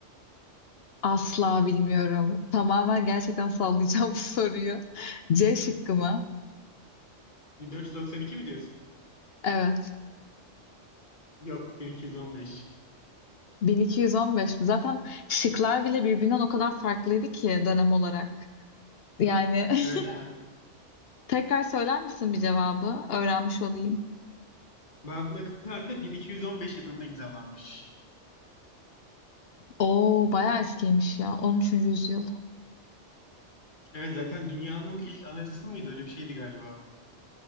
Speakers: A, on the left; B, on the left.
A: asla bilmiyorum. Tamamen gerçekten sallayacağım <laughs> bu soruyu. C şıkkı mı?
B: 1492 mi diyorsun?
A: Evet.
B: Yok 1215.
A: 1215 mi? Zaten şıklar bile birbirinden o kadar farklıydı ki dönem olarak. Yani <laughs>
B: Evet Ya evet.
A: tekrar söyler misin bir cevabı? Öğrenmiş olayım.
B: Magna Carta 1215 yılında imzalanmış.
A: Oo bayağı eskiymiş ya. 13. yüzyıl.
B: Evet zaten dünyanın ilk anayasası mıydı? Öyle bir şeydi galiba.